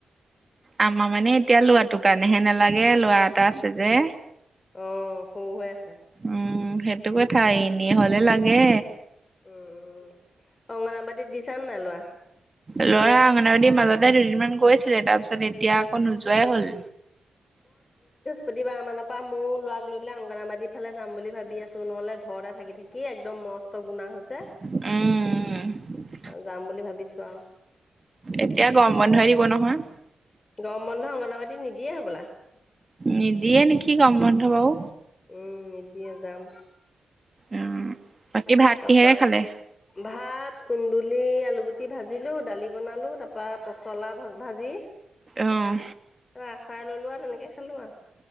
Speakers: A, on the right; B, on the left.
A: আমাৰ মানে এতিয়া লৰাটো কাৰণেহে নালাগে লৰা এটা আছে যে
B: অঁ সৰু হৈ আছে।
A: উম সেইটো কথাই এনেই হলে লাগে
B: উম উম অংগনাবাদীত দিছা নাই ল'ৰা
A: লৰা অংগনাবাদীৰ মাজতে দুদিনমান গৈছিলে তাৰপিছত এতিয়া আকৌ নোযোৱাই হ'ল
B: প্ৰতিবাৰ মানৰ পৰা মোৰ ল'ৰাক লৈ পেলাই অংগনবাদী ফালে যাম বুলি ভাবি আছো নহ'লে ঘৰতে থাকি থাকি একদম মস্ত গুণা হৈছে
A: উম
B: যাম বুলি ভাবিছোঁ আৰু
A: এতিয়া গম বন্ধই দিব নহয়
B: গৰম বন্ধ অংগনবাড়ী নিদিয়ে হবলা
A: নিদিয়ে নেকি গৰম বন্ধ বাওঁ
B: উম নিদিয়ে যাম
A: উম বাকী ভাত
B: তাৰপা
A: কিহেৰে খালে
B: ভাত কুন্দুলি, আলুগুটি ভাজিলো দালি বনালো তাৰ পৰা পচলা ভাজি ত
A: অ'
B: আচাৰ ললো আৰু তেনেকে খালো আৰু